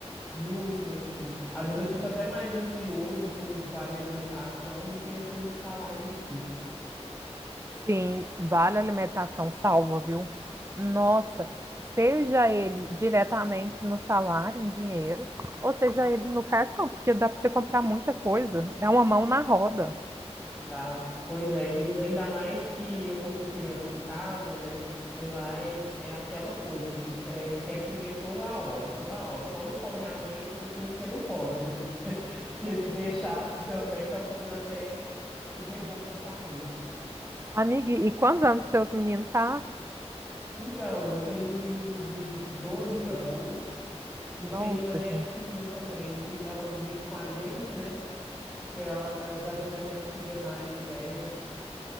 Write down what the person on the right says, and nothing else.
Sim, vale a alimentação salva, viu? Nossa, seja ele diretamente no salário, em dinheiro, ou seja ele no cartão, porque dá para você comprar muita coisa. É uma mão na roda.
Amiga, e quantos anos seus meninos tá?
Nossa,
gente.